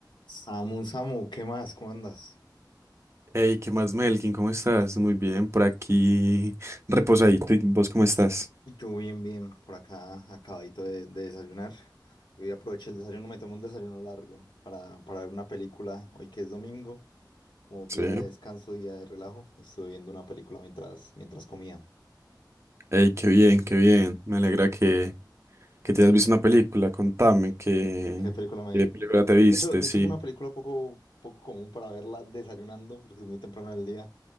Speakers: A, on the left; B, on the right.
A: Samu, Samu, ¿qué más? ¿Cómo andas?
B: Hey, ¿qué más, Melkin? ¿Cómo estás? Muy bien, por aquí reposadito. ¿Y vos cómo estás?
A: Yo bien, bien, por acá, acabadito de, de desayunar. Yo ya aproveché el desayuno, me tomé un desayuno largo para, para ver una película. Hoy que es domingo, como día
B: Sí.
A: de descanso, día de relajo, estuve viendo una película mientras, mientras comía.
B: Hey, qué bien, qué bien. Me alegra que, que te hayas visto una película. Contame, ¿qué,
A: ¿Qué película me
B: qué
A: vi?
B: película te viste?
A: De hecho, de
B: Sí.
A: hecho fue una película poco, poco común para verla desayunando, porque es muy temprano del día.